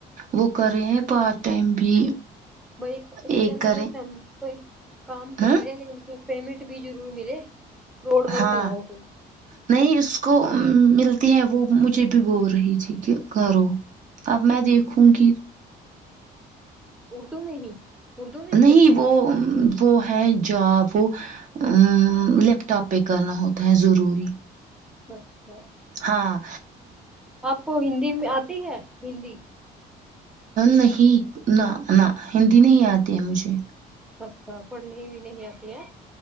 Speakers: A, on the right; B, in the centre.
A: وہ کر رہے ہیں پارٹ ٹائم بھی
B: ب اس کے
A: ایک
B: اندر
A: کریں
B: جیسے ہم کوئی کام کر
A: ہاں
B: لے لیکن پھر پیمنٹ بھی ضرور ملے روڈ ورک
A: ہاں
B: نہ ہو کوئی
A: نہیں اس کو ملتی ہیں وہ مجھے بھی بول رہی تھی کہ گو اب میں دیکھوں گی
B: تو نہیں ہی اردو میں ہی
A: نہیں
B: کرتے ہیں
A: وہ
B: ہم
A: وہ ہے جاب کو ا لیپ ٹاپ پہ کرنا ہوتا ہے ضروری
B: ہچ
A: ہاں
B: <inaudible> آپ کو ہندی میں آتی ہے ہندی
A: نہیں نہ نہ ہندی نہیں آتی ہے مجھے
B: اچھا پڑھنے بھی نہیں آتی ہے